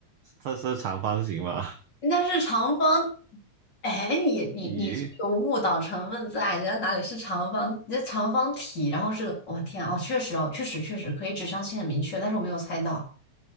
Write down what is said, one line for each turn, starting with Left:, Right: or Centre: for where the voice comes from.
Right: 它是长方形嘛？
Left: 但是长方，哎，你你你是有误导成分在，
Right: 咦，
Left: 人家哪里是长方？人家长方体，然后是我、天啊，哦，确实哦，确实确实可以指向性很明确，但是我没有猜到。